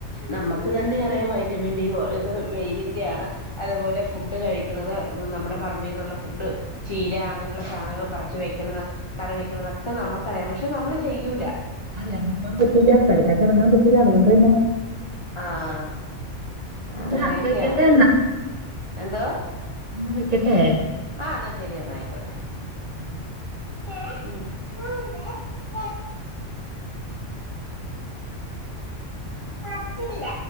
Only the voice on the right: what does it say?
ആ എറങ്ങിപ്പോവാൻ പറ്റില്ല പരിസരത്ത് എറങ്ങാൻ പറ്റൂല അതുകൊണ്ട് തന്നെ
എന്നാ
വെക്കട്ടെ
എന്ന വെക്കട്ടെ
<unintelligible>